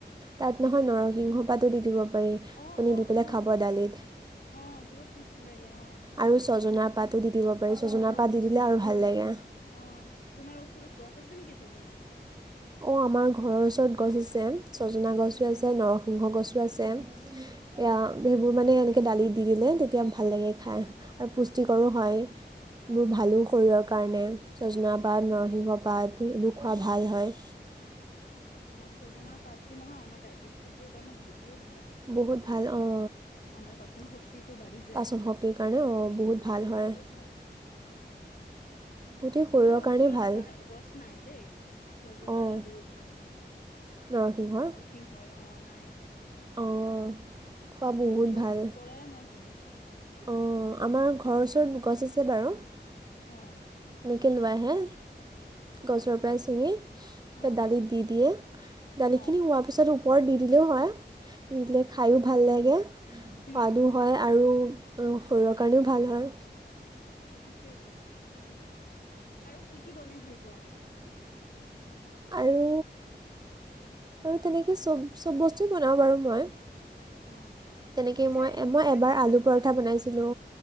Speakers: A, on the right; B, on the left.
A: তাত নহয় নৰসিংহ পাতো দি
B: অ',
A: আপুনি
B: অ',
A: দি পেলাই
B: অ',
A: খাব দালিত।
B: অ বহুত টেষ্টি লাগে অঁ।
A: আৰু ছজনাৰ পাতো দি দিব পাৰি ছজনাৰ
B: অ',
A: পাত দি
B: অ',
A: দিলে
B: অ',
A: আৰু ভাল লাগে।
B: অ তোমাৰ ওচৰত গছ আছে নেকি ছজনাৰ?
A: অঁ আমাৰ ঘৰৰ ওচৰত গছ আছে ছজনা গছো
B: অ
A: আছে নৰসিংহ গছো আছে।
B: <inaudible>
A: এয়া সেইবোৰ মানে এনেকৈ দালিত দি দিলে ভাল লাগে খাই আৰু
B: অ',
A: পুষ্টিকৰ হয়
B: অ',
A: বোৰ ভালো
B: অ',
A: শৰীৰৰ কাৰণে ছজনা পাত নৰসিংহ পাত এইবোৰ খোৱা
B: অ',
A: ভাল হয়।
B: অ ছজাৰ পাতটো নহয় আমাৰ ডাইজেষ্টিভৰ কাৰণে বহুত ভাল।
A: বহুত ভাল অঁ।
B: আমাৰ পাচন
A: পাচত
B: শক্তিটো বাঢ়ি যায়
A: শক্তিৰ কাৰণে অ বহুত ভাল হয়।
B: বহুত ভাল
A: গোটেই শৰীৰৰ
B: মোৰ ওচৰত
A: কাৰণেই ভাল
B: গা গছ নাই দেই। চজনাৰ
A: অঁ
B: আৰু এইটো
A: নৰসিংহৰ
B: নৰসিংহৰ অ নাই।
A: অঁ। খোৱা বহুত
B: বজাৰত
A: ভাল
B: পৰাই মই কিনো।
A: অঁ আমাৰ ঘৰৰ ওচৰত গছ আছে বাৰু।
B: অঁ।
A: এনেকৈ লৈ আহে গছৰ পৰাই ছিঙি। ত
B: অ',
A: দালিত দি দিয়ে দালিখিনি
B: অ',
A: হোৱা তাৰপিছত ওপৰত দি দিলেও হয় দি দিলে খাইয়ো ভাল লাগে সোৱাদো
B: উম,
A: হয় আৰু শৰীৰৰ কাৰণেও ভাল হয়।
B: সটোৱেইতো, আৰু কি কি বনাই ভাল পোৱা?
A: আৰু আৰু তেনেকৈ চব চব বস্তুৱেই বনাওঁ বাৰু মই।
B: অ
A: তেনেকে
B: মিঠাই
A: মই,
B: মিঠাই
A: মই এবাৰ
B: খাই
A: আলু
B: ভাল পোৱা?
A: পৰঠা বনাইছিলো।